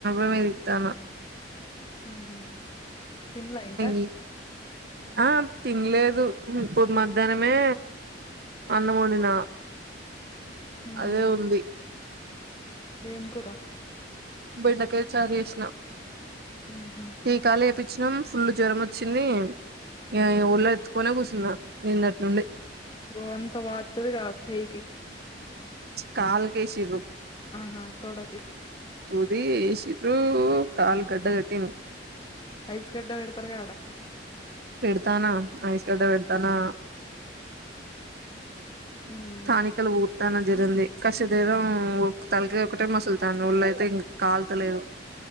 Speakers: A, on the right; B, on the left.
A: అ మీ తన
B: ఆహ తిన్లా ఇంకా
A: ఈ ఆ తినలేదు పో మధ్యాహ్నమే అన్నం వండిన
B: ఉహు
A: అదే ఉంది
B: ఏం కూరా
A: బెండకాయ చారు చేసినా
B: ఉహు
A: టీకా లేపిచ్చినాం ఫుల్ జ్వరం వచ్చింది ఇగ ఒళ్ళో ఎత్తుకునే కూర్చున్నా నిన్నటి నుండి
B: అబో అంత వాతది క చెయ్యికి
A: కాల్కకి ఎసిండ్లు
B: ఆహా తోడ కి
A: అది ఏస్రు కాల్ గడ్డ కట్టింది
B: ఐస్ గడ్డ పెడతారు కదా అడ
A: పెడతానా ఐస్ గడ్డ పెడతానా
B: ఉమ్
A: స్థానికలు తన జరింది కష్ దరం తలకి ఒకటే మసులుతాను ఒళ్ళయితే ఇంక కాల్తలేదు